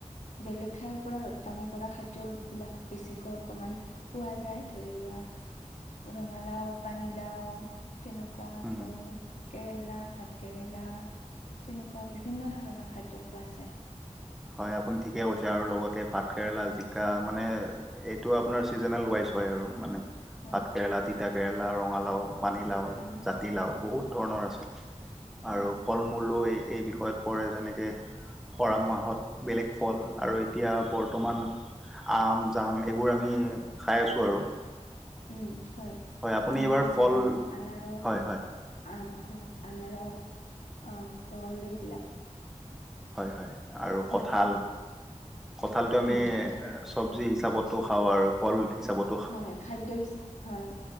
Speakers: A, on the left; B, in the centre.
A: বেলেগ ঠাইৰ পৰা ৰপ্তানি কৰা খাদ্যবিলাক বেছিকৈ অকণমান পোৱা যায় ধৰি লোৱা ৰঙালাও পানীলাও, তেনেকুৱা, আকৌ
B: উম,
A: কেৰেলা ভাত কেৰেলা তেনেকুৱা বিভিন্ন ধৰণৰ খাদ্য খোৱা যায়।
B: হয়, আপুনি ঠিকে কৈছে আৰু লগতে ভাত কেৰেলা জিকা মানে এইটো আপোনাৰ চিজনেল ৱাইজ হয় আৰু। মানে,
A: হয়
B: ভাত কেৰেলা, তিতা কেৰেলা, ৰঙালাও পানীলাও,
A: উম
B: জাতিলাও
A: উম
B: বহুত ধণৰ আছে। আৰু
A: উম
B: কল <inaudible> এই বিষয়ত পৰে যেনেকৈ খৰাং মাহত বেলেগ ফল আৰু এতিয়া বৰ্তমান আম, জাম, এইবোৰ আমি খাই আছোঁ আৰু।
A: উম, হয়,
B: আপুনি
A: আম
B: এইবাৰ ফল
A: জাম আনাৰস
B: হয় হয়
A: অ', হয়, আনাৰস অ, কল এইবিলাক।
B: হয়, হয়, আৰু
A: হয়
B: কঁঠাল। কঁঠালটো আমি
A: উম কঁঠাল
B: চব্জি হিচাপতো খাওঁ আৰু ফল হিচাপত
A: হয়, খাদ্য <inaudible> হয়।